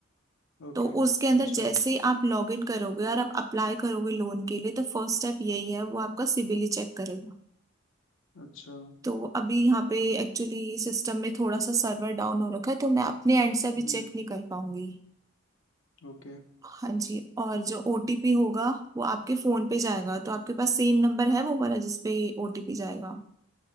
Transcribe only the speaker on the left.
ओके
अच्छा
अच्छा
हम्म
ओके